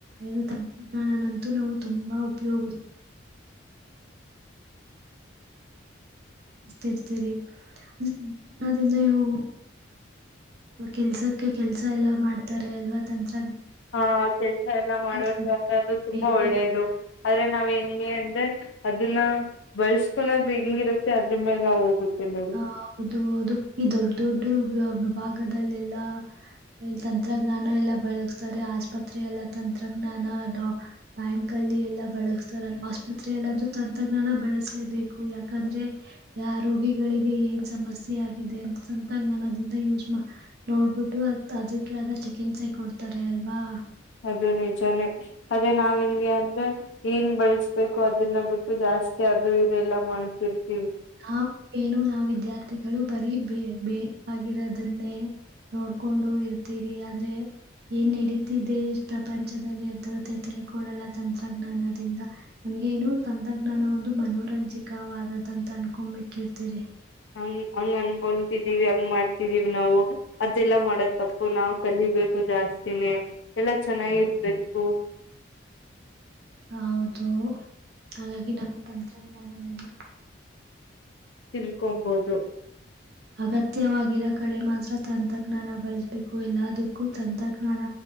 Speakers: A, on the right; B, on the left.
A: ಏನು ತಂತ್ರಜ್ಞಾನನಂತೂ ನಾವು ತುಂಬಾ ಉಪಯೋಗ ತಿರ್ತೀರಿಿಂದ ಇವು ಕೆಲ್ಸಕ್ಕೆ ಕೆಲ್ಸ ಎಲ್ಲಾ ಮಾಡ್ತಾರೆ ಅಲ್ವಾ ತಂತ
B: ಹಾ ಕೆಲ್ಸ ಎಲ್ಲ ಮಾಡೋ್ರ
A: ತಂತ್ರಜ್ಞಾನ
B: ಆದ್ರ ಅದು ತುಂಬಾ
A: ಬೇಕೇ
B: ಒಳ್ಳೇದು
A: ಬೇಕು
B: ಆದ್ರೆ ನಾವೇನ್ ಗೆ ಅಂದ್ರೆ ಅದನ್ನ ಬಳಸ್ಕೊಳದು ಹೆಂಗಿರುತ್ತೆ ಅದ್ರ ಮೇಲೆ ಹೋಗುತ್ತೆ ನೋಡಿ
A: ಹ ಹೌದು ಹೌದು ಈ ದೊಡ್ ದೊಡ್ಡ ಭಾಗದಲ್ಲೆಲ್ಲಾ ತಂತ್ರಜ್ಞಾನ ಎಲ್ಲ ಬಳಸ್ತಾರೆ ಆಸ್ಪತ್ರೆ ಎಲ್ಲ ತಂತ್ರಜ್ಞಾನಾ ಬ್ಯಾಂಕ್ ಅಲ್ಲಿ ಎಲ್ಲಾ ಬಳಸ್ತಾರ ಆಸ್ಪತ್ರೆಯಲ್ಲ ಅಂದ್ರೂ ತಂತ್ರಜ್ಞಾನ ಬಳಸಲೇಬೇಕು ಯಾಕಂದ್ರೆ ಯ ಆ ರೋಗಿಗಳಿಗೆ ಏನ್ ಸಮಸ್ಯೆ ಆಗಿದೆ ಅಂತ ತಂತ್ರಜ್ಞಾನ ಅದಿಂದ ಯೂಸ್ ನೋಡ್ಬಿಟ್ಟು ಅ ಅದಕ್ಕೆ ಆದ ಚಿಕಿತ್ಸೆ ಸಹ ಕೊಡ್ತಾರೆ ಅಲ್ವಾ
B: ಅದು ನಿಜಾನೇ ಅದೇ ನಾವ್ ಹಂಗೆ ಅಂದ್ರೆ ಏನ್ ಬಳಸ್ಬೇಕು ಅದನ್ನ ಬಿಟ್ಟು ಜಾಸ್ತಿ ಅದು ಇದೆಲ್ಲ ಮಾಡ್ತಿವಿ
A: ಹ ಏನು ನಾವ ವಿದ್ಯಾರ್ಥಿಗಳು ಬರೀ ಬೇ ಬೇಕ ಆಗಿರೋದನ್ನೇ ನೋಡ್ಕೊಂಡು ಇರ್ತೀರಿ ಆದ್ರೆ ಏನ್ ನಡೀತಿದೆ ಪ್ರಪಂಚದಲ್ಲಿ ಎದ್ದದ್ದ ತಿಳ್ಕೊೊಳ್ಳಲ್ಲ ತಂತ್ರಜ್ಞಾನದಿಂದ ನಮ್ಗೆೇನು ತಂತ್ರಜ್ಞಾನ ಒಂದು ಮನೋರಂಜಕವಾದದ ಅಂತ ಅನ್ಕೋಬಿಟ್ಟಿರ್ತಿರಿ
B: ಹಂಗ್ ಹಂಗ ಅನ್ಕೊತಿದೀವಿ ಹಂಗ್ ಮಾಡ್ತಿದೀವಿ ನಾವು ಅದೆಲ್ಲಾ ಮಾಡತ್ ತಪ್ಪು ನಾವ್ ಕಲಿಬೇಕು ಜಾಸ್ತಿನೇ ಎಲ್ಲಾ ಚೆನ್ನಾಗಿರ್ಬೇಕು
A: ಹೌದು ಹಾಗಾಗಿ ನಾವು ತಂತ್ರಜ್ಞಾನನೆೆಲ್ಲ
B: ತಿಳ್ಕೊಂಬೋದು
A: ಅಗತ್ಯವಾಗಿರೋ ಕಡೆ ಮಾತ್ರ ತಂತ್ರಜ್ಞಾನ ಬಳಸ್ಬೇಕು ಎಲ್ಲದಕ್ಕೂ ತಂತ್ರಜ್ಞಾನ